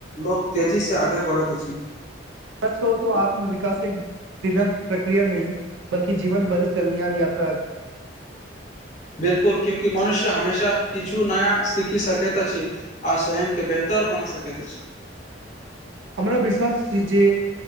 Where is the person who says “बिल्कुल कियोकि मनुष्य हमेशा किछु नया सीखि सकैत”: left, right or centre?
Left